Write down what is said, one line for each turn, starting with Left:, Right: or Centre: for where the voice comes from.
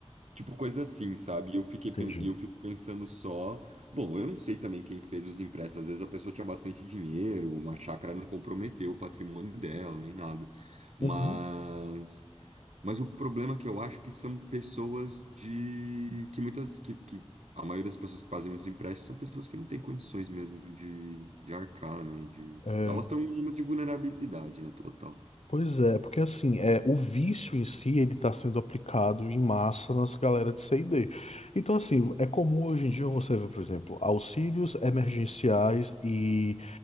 Right: Tipo, coisa assim, sabe? E eu fiquei,
Left: entendi.
Right: pen- e eu fico pensando só. Bom, eu não sei também quem que fez os empréstimos. Às vezes a pessoa tinha bastante dinheiro, uma chácara não comprometeu o patrimônio dela, nem nada. Mas,
Left: Uhum.
Right: mas o problema é que eu acho que são pessoas de. que muitas. que, que a maioria das pessoas que fazem os empréstimos são pessoas que não têm condições mesmo de, de arcar, né? De,
Left: É,
Right: elas estão em uma de vulnerabilidade, né? Total.
Left: pois é, porque assim, é, o vício em si, ele está sendo aplicado em massa nas galera de C&D. Então, assim, é comum hoje em dia você ver, por exemplo, auxílios emergenciais e,